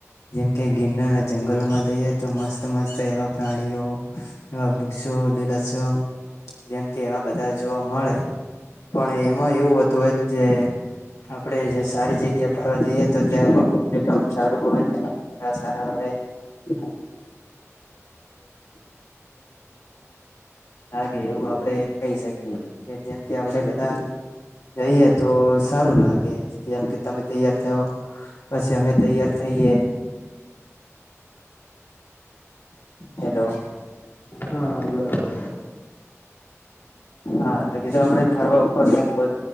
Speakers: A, on the left; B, on the left.
A: જેમ કે ગિર અને જંગલોમાં જઈએ તો મસ્ત મસ્ત એવા પ્રાણીઓ એવા વૃક્ષો લીલસો જેમ કે એવા બધા જોવા મળે પણ એમાં એવું હતું હો જે આપણે જે સારી જગ્યા ફરવા જઈએ તો ત્યાં કામ સારું હોય ત સારા આવે <unintelligible> લાગે એવું આપડે કહી શકીએ કે જેમ કે આપડે બધા જઈએ તો સારું લાગે કેમ કે તમે તૈયાર થયો પછી અમે તૈયાર થ થઈએ હેલો
B: હા હા બરાબર
A: હા તો કીજ આપણે ફરવા ફરવા